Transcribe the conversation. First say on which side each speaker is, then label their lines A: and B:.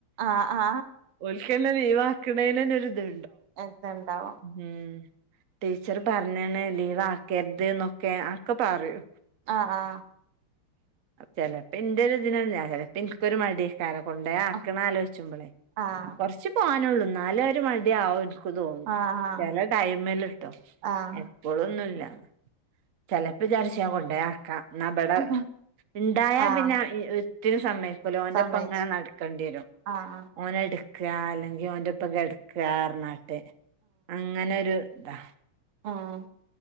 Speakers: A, on the right; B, on the right.
A: ആഹ് ആ.
B: ഒൽക്ക് എന്നെ ലീവാക്കണേനന്നൊരിത്.
A: എന്ത് എണ്ടാവും
B: ഉം ടീച്ചർ പറഞ്ഞാണ് ലീവ് ആക്കരുത് എന്നൊക്കെ ആക്കെ പറയൂ.
A: ആഹ് ആ.
B: ചിലപ്പ ഇന്റെ ഇതിന് ചിലപ്പി ഒരു മടിയക്കാരെ കൊണ്ടോ ആക്കണ
A: ആഹ്
B: ആലോചിച്ചുപ്പോള്
A: ആഹ്
B: കുറച്ച് പോകാനുള്ളൂ. ഇന്നാല് ഒരു മടിയ ആവും എനിക്ക് തോന്നും.
A: ആഹ്
B: ചില ടൈമിലിട്ടോ.
A: ആഹ്
B: ഇപ്പോളൊന്നുമില്ല. ചിലപ്പ വിചാരിച്ച് കൊണ്ടെ ആക്കാം. ന്നമ്പിടെ
A: ആഹ്
B: ഇണ്ടായ
A: ആഹ്
B: പിന്നെ. ത്തിന് സമയക്കില്ല. ഓന്റെപ്പം
A: സമ്മയിച്ചു
B: അങ്ങനെ നടക്കേണ്ടി വരും.
A: ആഹ്
B: ഓനെ ഇട്ക്കക അല്ലെങ്കിൽ ഓന്റെ ഒപ്പം കിടക്കുക പറഞ്ഞാട്ട് അങ്ങനൊരു ഇതാ
A: ആഹ്.